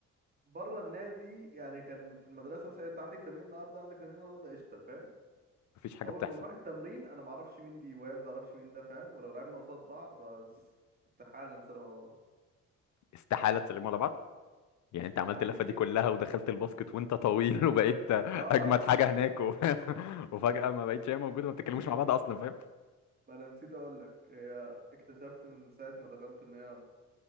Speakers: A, on the right; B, on the left.
A: بره النادي يعني كان في المدرسه مثلا انت عندك تمرين النهارده عندك تمرين النهارده قشطه فاهم
B: مفيش حاجه
A: اول
B: بتحصل
A: ما بنروح التمرين انا ما اعرفش مين دي وهي ما تعرفش مين ده فاهم ولو لعبنا قصاد بعض آه، س- استحاله نسلم على بعض مثلا
B: استحاله تسلموا على بعض يعني انت عملت
A: يعني
B: اللفه دي كلها ودخلت الباسكت وانت طويل <laughs> وبقيت
A: اه
B: اجمد
A: ما,
B: حاجه
A: ما...
B: هناك
A: <laughs>
B: و... <laughs> وفجاه ما بقتش هي موجوده ما بتتكلموش
A: أنا-
B: مع بعض اصلا فاهم
A: ما انا نسيت اقول لك هي اكتشفت من ساعه ما دخلت ان هي